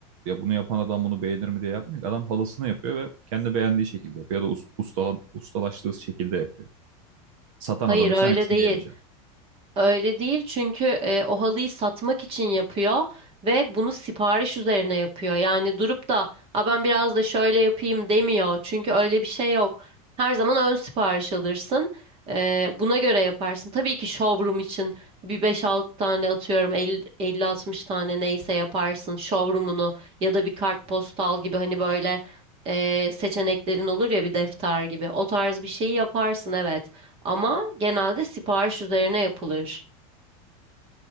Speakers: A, on the right; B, on the right.
A: ya bunu yapan adam bunu beğenir mi diye yapmıyor. Adam halısını yapıyor ve kendi beğendiği şekilde yapıyor ya da us- ustala, ustalaştığı şekilde yapıyor. Satan
B: Hayır
A: adam için
B: öyle
A: aynısını
B: değil.
A: diyemeyeceğim.
B: Öyle değil çünkü e, o halıyı satmak için yapıyor ve bunu sipariş üzerine yapıyor. Yani durup da "A ben biraz da şöyle yapayım demiyor. Çünkü öyle bir şey yok. Her zaman ön sipariş alırsın. E, buna göre yaparsın. Tabii ki showroom için bir beş altı tane atıyorum elli altmış tane neyse yaparsın showroom'unu ya da bir kartpostal gibi hani böyle e, seçeneklerin olur ya bir defter gibi. O tarz bir şeyi yaparsın evet. Ama genelde sipariş üzerine yapılır.